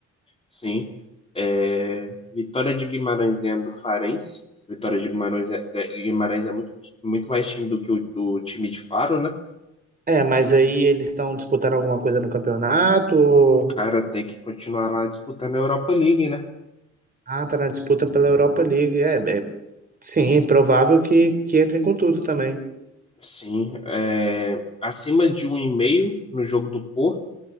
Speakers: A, on the left; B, on the right.
A: sim. É, Vitória de Guimarães ganhando do Farense. Vitória de Guimarães é, Guimarães é muito, muito mais time do que o, o time de Faro, né?
B: É, mas aí eles estão disputando alguma coisa no campeonato?
A: Cara, tem que continuar lá disputando a Europa League, né?
B: Ah, tá na disputa pela Europa League. É, é- sim, provável que, que entrem com tudo também.
A: Sim, é, acima de um e meio no jogo do Porto.